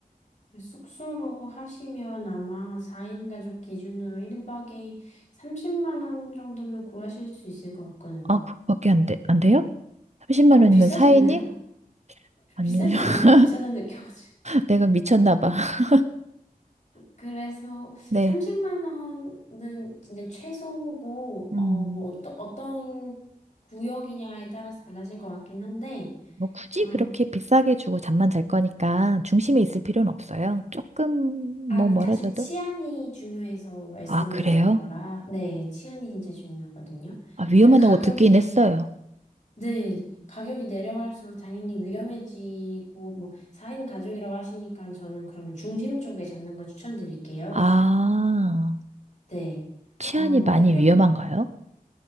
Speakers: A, on the left; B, on the right.
A: 숙소로 하시면 아마 4인 가족 기준으로 1박에 30만 원 정도면 구하실 수 있을 것 같거든요.
B: 아, 그거밖에 안 돼, 안 돼요? 30만
A: 어,
B: 원이면
A: 비싸지
B: 사인이
A: 않나요?
B: 아니,
A: 비싸지 않나요?
B: <laughs>
A: 저는 비싸다는 느껴가지고.
B: 내가 미쳤나 봐. <laughs>
A: 그래서
B: 네.
A: 30만 원은 진짜 최소고, 어,
B: 음.
A: 뭐, 어떠, 어떤 구역이냐에 따라서 달라질 것 같긴 한데,
B: 뭐 굳이
A: 어,
B: 그렇게 비싸게 주고 잠만 잘 거니까 중심에 있을 필요는 없어요. 조금
A: 아,
B: 뭐
A: 근데
B: 멀어져도.
A: 사실 치안이 중요해서 말씀드리는
B: 아, 그래요?
A: 거라, 네, 치안이 진짜 중요하거든요.
B: 아, 위험하다고
A: 그래서 가격이,
B: 듣긴 했어요.
A: 네, 가격이 내려갈수록 당연히 위험해지고, 뭐, 4인 가족이라고 하시니까 저는 그러면 중심 쪽에 잡는 거 추천드릴게요.
B: 아,
A: 네.
B: 치안이
A: 어,
B: 많이
A: 에펠,
B: 위험한가요?